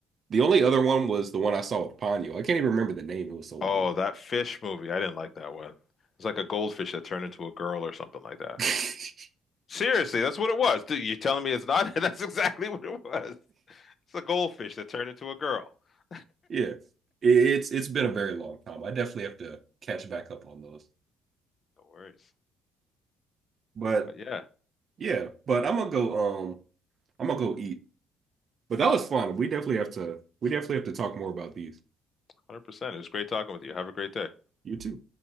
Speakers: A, on the right; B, on the left.
A: the only other one was the one I saw with Ponyo. I can't even remember the name, it was so long
B: Oh,
A: ago.
B: that fish movie. I didn't like that one. It's like a goldfish that turned into a girl or something like that.
A: <laughs>
B: Seriously, that's what it was. Dude, you telling me it's not? <laughs> That's exactly what it was. It's a goldfish that turned into a girl. <laughs>
A: Yeah. It- It's it's been a very long time. I definitely have to catch back up on those.
B: No worries.
A: But
B: But yeah,
A: yeah, but I'm gonna go um I'm gonna go eat. But that was fun. We definitely have to we definitely have to talk more about these.
B: 100%. It was great talking with you. Have a great day.
A: You too.